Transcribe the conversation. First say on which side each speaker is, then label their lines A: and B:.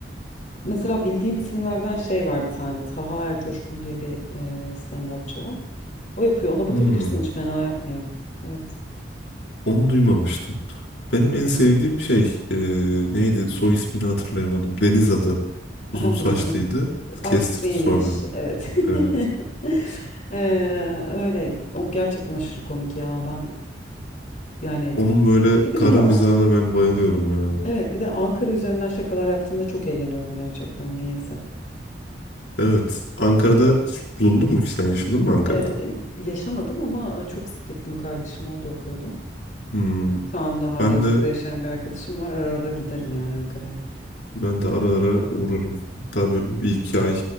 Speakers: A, on the left; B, on the left.
A: Mesela bildiğim isimlerden şey var bir tane. Taha Ercoşkun diye bir e, stand-upçı var. O yapıyor. Ona bakabilirsin.
B: Hmm,
A: Hiç fena yapmıyor. Evet.
B: onu duymamıştım. Benim
A: Hı hı.
B: en sevdiğim şey e, neydi? Soy ismini hatırlayamadım. Deniz adı.
A: Aha
B: Uzun saçlıydı.
A: bildim. Artık
B: Kestirdi
A: değilmiş.
B: sonra.
A: Evet. <laughs>
B: Evet.
A: Ee, öyle. O gerçekten aşırı komik ya. Ben yani
B: Onun böyle
A: bir de
B: kara
A: bilmiyorum.
B: mizahına ben bayılıyorum ya.
A: Evet bir de Ankara üzerinden şakalar yaptığında çok eğleniyorum gerçekten niyeyse.
B: Evet. Ankara'da hiç bulundun mu ki sen yaşadın mı Ankara'da?
A: Ee, yaşamadım ama e, çok sık gittim. Kardeşim orada okuyordu.
B: Hmm.
A: Şu anda hali
B: Ben
A: hazırda
B: de
A: yaşayan bir arkadaşım var. Ara ara giderim yani Ankara'ya.
B: ben de ara ara uğrarım. Hatta böyle
A: Hı hı.
B: bir iki ay